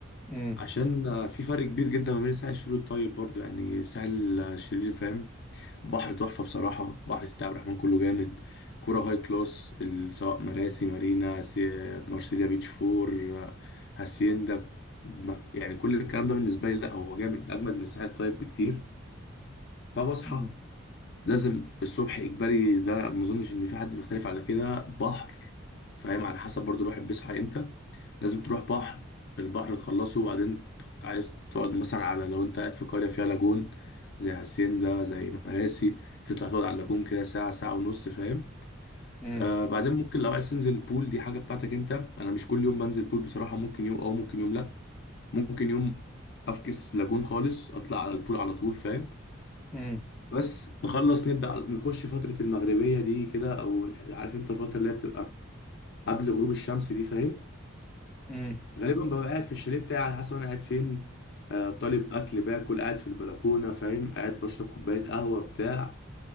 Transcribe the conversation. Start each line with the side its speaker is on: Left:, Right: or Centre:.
Centre: امم
Left: عشان آه، في فرق كبير جدا ما بين الساحل الشرير والطيب برضو يعني الساحل الشرير فاهم بحر تحفه بصراحه بحر سيدي عبد الرحمن كله جامد كرة هاي كلاس ال- سواء مراسي مارينا سي- مارسيليا بيتش فور آه، هاسيندا ما- يعني كل الكلام ده بالنسبه لي لا هو جامد اجمد من الساحل الطيب بكتير فبصحى
Centre: امم
Left: نازل الصبح اجباري ده ما اظنش ان في حد بيختلف على كده بحر فاهم على حسب برضو الواحد بيصحى امتى لازم تروح بحر البحر تخلصه وبعدين ت- عايز تقعد مثلا على لو انت قاعد في قرية فيها لاجون زي هاسيندا زي مراسي تطلع تقعد على اللاجون كده ساعة ساعة ونص فاهم
Centre: امم
Left: آه بعدين ممكن لو عايز تنزل البول دي حاجة بتاعتك انت انا مش كل يوم بنزل بول بصراحة ممكن يوم او ممكن يوم لا ممكن يوم افكس لاجون خالص اطلع على البول على طول فاهم
Centre: امم
Left: بس نخلص نبدأ نخش فترة المغربية دي كده أو عارف أنت الفترة اللي هي بتبقى قبل غروب الشمس دي فاهم
Centre: امم
Left: غالبا ببقى قاعد في الشاليه بتاعي على حسب أنا قاعد فين آه طالب أكل باكل قاعد في البلكونة فاهم قاعد بشرب كوباية قهوة بتاع